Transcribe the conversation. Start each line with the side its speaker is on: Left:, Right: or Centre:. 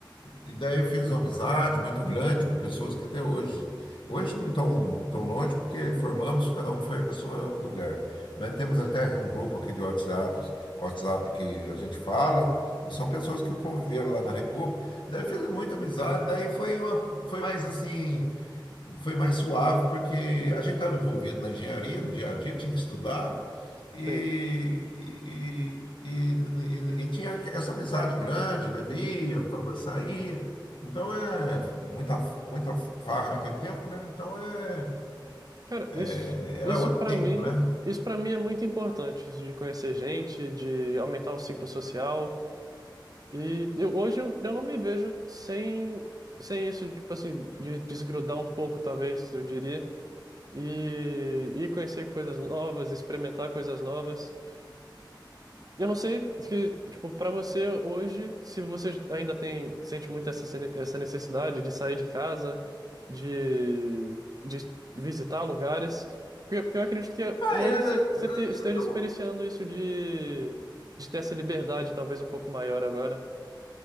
Left: e daí eu fiz uma amizade muito grande com pessoas que até hoje, hoje não estão tão longe, porque formamos, cada um foi ao seu lugar. Mas temos até um grupo aqui de WhatsApp, WhatsApp que a gente fala, são pessoas que conviveram lá na República. Daí fiz muita amizade, daí foi uma, foi mais assim, foi mais suave, porque a gente estava envolvido na engenharia, no dia a dia, tinha que estudar, e,
Right: Sim.
Left: e, e, e- e tinha essa amizade grande, bebia, fa- saía. Então é muita, muita farra naquele tempo, né? Então é,
Right: Cara,
Left: é-
Right: isso,
Left: era
Right: isso
Left: outro
Right: para
Left: tempo,
Right: mim,
Left: né?
Right: isso para mim é muito importante, isso de conhecer gente, de aumentar o ciclo social. E eu, hoje eu, eu não me vejo sem, sem isso, de, tipo assim, de desgrudar um pouco, talvez, eu diria. e, e conhecer coisas novas, experimentar coisas novas. Eu não sei que, tipo, para você hoje, se você ainda tem, sente muito essa, se- essa necessidade de sair de casa, de, de visitar lugares, porque, porque eu acredito que
Left: Ah,
Right: hoje
Left: eu-
Right: você, você te- esteja
Left: eu- eu-
Right: experienciando isso de, de ter essa liberdade talvez um pouco maior agora.